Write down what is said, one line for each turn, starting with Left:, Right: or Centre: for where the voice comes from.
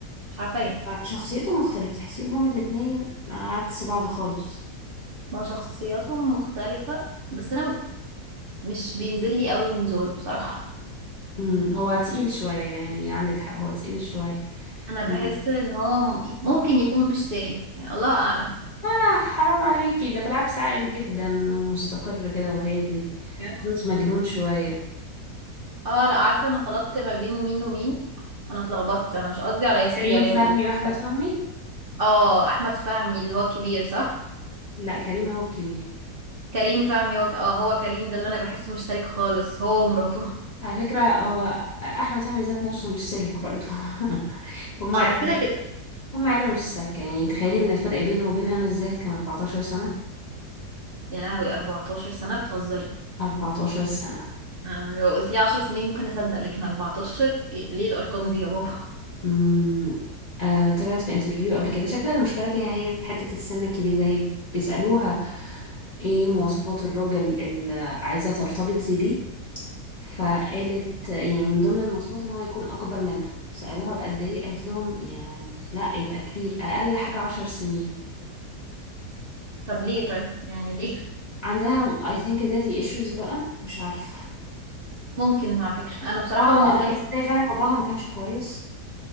Right: مش عارفه ليه
Left: شخصيته مختلفة تحسيهم هما الاتنين عكس بعض خالص
Right: ما شخصياتهم مختلفه بس انا مش بينزل لي قوي من زور بصراحه
Left: امم هو تقيل شوية يعني عندك حق هو تقيل شوية
Right: انا
Left: مم.
Right: بحس ان هو م- ممكن يكون مش سالك يعني الله اعلم
Left: آه حرام عليكي ده بالعكس عاقل جدا ومستقر كده وهادي
Right: بجد؟
Left: بس مجنون شوية
Right: اه لا عارفه انا خلطت ما بين مين ومين انا اتلخبطت انا مش قصدي على ياسر
Left: كريم
Right: جلال
Left: فهمي
Right: ال-
Left: وأحمد
Right: <laughs>
Left: فهمي
Right: اه احمد فهمي اللي هو كبير صح
Left: لا كريم هو الكبير
Right: كريم فهمي هو ك- اه هو كريم ده اللي انا بحسه مش سالك خالص هو ومراته
Left: على فكرة هو أحمد فهمي ذات نفسه مش سالك برضه <laughs> هم
Right: اه
Left: عيلة
Right: ده كده
Left: مش
Right: كده
Left: هم عيلة مش سالكة يعني تخيلي إن الفرق بينه وبينها أنا الزاهد كان 14 سنة
Right: يا لهوي 14 سنة بتهزري
Left: 14 سنة
Right: انا لو قلت لي 10 سنين ممكن اصدق لكن 14 إيه- ليه الارقام دي يا بابا <laughs>
Left: مم. آه طلعت في انترفيو قبل كده شكل المشكلة فيها هي في حتة السن الكبير ده هي بيسألوها ايه مواصفات الراجل اللي عايزة ترتبط بيه فقالت يعني من ضمن المواصفات ان هو يكون اكبر منها سألوها بقد ايه قالت لهم يعني لا يبقى كبير اقل حاجة عشر سنين
Right: طب ليه طيب يعني ليه
Left: عندها I think ده دي issues بقى مش عارفة
Right: ممكن على فكرة انا بصراحة
Left: اه
Right: بالنسبة
Left: <laughs>
Right: لي
Left: هي تصدقي فعلا باباها ما كانش كويس